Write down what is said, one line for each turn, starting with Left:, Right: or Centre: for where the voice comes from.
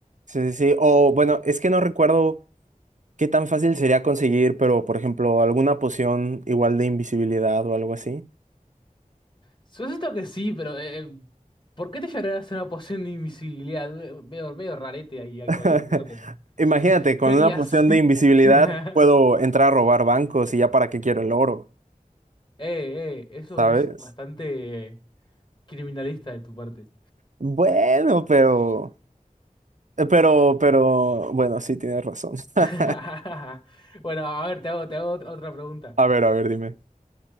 Right: sí, sí, sí. O bueno, es que no recuerdo qué tan fácil sería conseguir, pero por ejemplo, alguna poción igual de invisibilidad o algo así.
Left: Supuesto que sí, pero eh, eh, ¿por qué te llevarías una poción de invisibilidad? Eh, Medio, medio rarete ahí, algo
Right: <laughs>
Left: ahí, medio como-
Right: Imagínate, con
Left: ¿Qué harías?
Right: una poción de invisibilidad
Left: <laughs>
Right: puedo entrar a robar bancos y ya para qué quiero el oro,
Left: Eh, eh, eso
Right: ¿sabes?
Left: es bastante criminalista de tu parte.
Right: Bueno, pero, pero, pero, bueno, sí tienes razón. <laughs>
Left: <laughs> Bueno, a ver, te hago, te hago otra otra pregunta.
Right: A ver, a ver, dime.